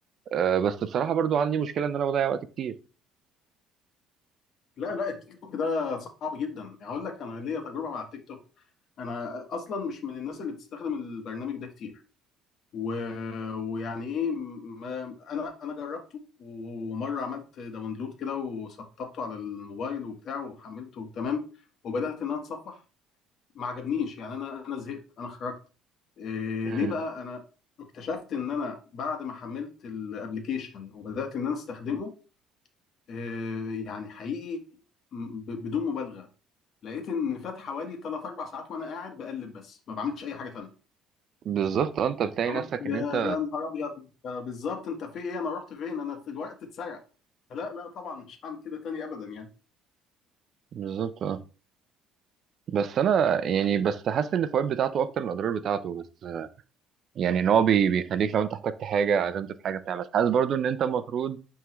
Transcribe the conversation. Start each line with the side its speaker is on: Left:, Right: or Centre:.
Right: آه، بس بصراحة برضو عندي مشكلة ان انا بضيع وقت كتير
Left: لا لا التيك توك ده صعب جدا يعني هقول لك انا ليا تجربه مع التيك توك انا اصلا مش من الناس اللي بتستخدم البرنامج ده كتير و... ويعني ايه ما... انا انا جربته ومره عملت داونلود كده وسطبته على الموبايل وبتاع وحملته تمام وبدات ان انا اتصفح ما عجبنيش يعني انا انا زهقت انا خرجت إيه
Right: مم.
Left: ليه بقى انا اكتشفت ان انا بعد ما حملت الابليكيشن وبدات ان انا استخدمه إيه يعني حقيقي م- ب- بدون مبالغه لقيت ان فات حوالي 3 4 ساعات وانا قاعد بقلب بس ما بعملش اي حاجه تانية
Right: بالظبط آه، انت بتلاقي
Left: فقلت
Right: نفسك
Left: يا
Right: ان انت
Left: يا نهار ابيض أنت بالظبط انت في ايه انا رحت فين انا في الوقت اتسرق لا لا طبعا مش هعمل كده تاني ابدا يعني
Right: بالظبط اه بس انا يعني بس حاسس ان الفوائد بتاعته اكتر من الاضرار بتاعته بس يعني ان هو بي- بيخليك لو انت احتجت حاجه عزمت في حاجه بتاع بس حاسس برضو ان انت المفروض